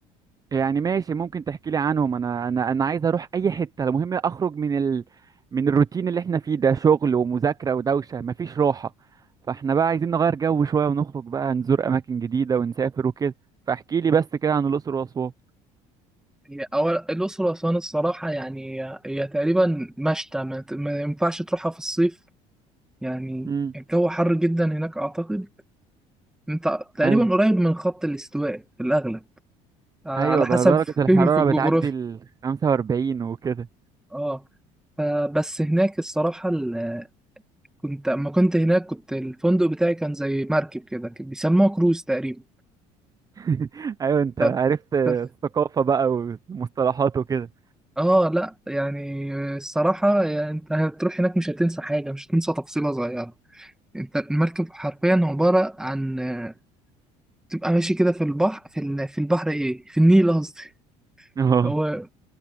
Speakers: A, on the right; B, in the centre.
A: يعني ماشي ممكن تحكي لي عنهم انا انا انا عايز اروح اي حتة المهم اخرج من ال... من الروتين اللي احنا فيه ده شغل ومذاكرة ودوشة مفيش راحة فاحنا بقى عايزين نغير جو شوية ونخرج بقى نزور اماكن جديدة ونسافر وكده فاحكي لي بس كده عن الأقصر وأسوان
B: هي أول الأقصر وأسوان الصراحة يعني هي تقريبا مشتى ما ت- ما ينفعش تروحها في الصيف يعني
A: امم
B: الجو حر جدا هناك أعتقد أنت تقريبا
A: ايوه
B: قريب من خط الاستواء في الأغلب على
A: ايوه
B: حسب
A: ده درجة
B: فهمي
A: الحرارة
B: في الجغرافيا
A: بتعدي ال 45 وكده
B: اه فبس هناك الصراحة ال- كنت اما كنت هناك كنت الفندق بتاعي كان زي مركب كده كان بيسموه كروز تقريبا
A: <laughs> ايوه انت
B: ف...
A: عرفت الثقافة
B: ف...
A: بقى والمصطلحات وكده
B: اه لا يعني الصراحة يعني انت هتروح هناك مش هتنسى حاجة مش هتنسى تفصيلة صغيرة انت المركب حرفيا عبارة عن آه، تبقى ماشي كده في البحر في, ال... في البحر ايه في النيل قصدي
A: اه
B: و...